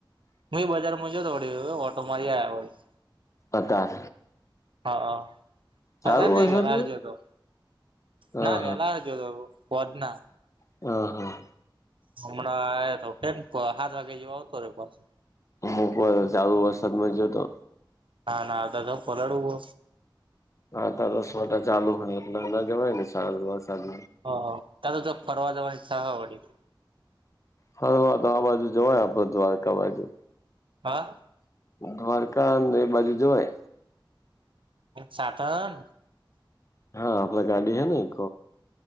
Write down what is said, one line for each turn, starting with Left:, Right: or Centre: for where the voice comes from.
Right: હુ એ બજારમાં જતોડી ઓટો મારી આવ્યા હોય.
Left: અતા.
Right: હા હા. બધાર
Left: ચાલુ
Right: નઈ
Left: વરસાદમાં
Right: વેલાાર જોતો
Left: હા
Right: ના વેલાાર જોતો ના.
Left: હ હા.
Right: હમણાં તો કે સાત વાગે જેવા આવતો રે પાછ.
Left: મોકવા દ સારુ વરસાદ મમાંજયો તો.
Right: હા ના તો પલાડવુ.
Left: હા તો દસ મોટા ચાલુ હોય એટલે અના જવાય ને સારજ.
Right: હ ત તો તો ફરવાજવાની સહવાડી.
Left: હા હા તો આ બાજુ જવાય આપડે દ્વારકા બાજુ.
Right: હા.
Left: દ્વારકા એ બાજુ જવાય.
Right: સાધન.
Left: હા આપલા ગાડી હે ને એક.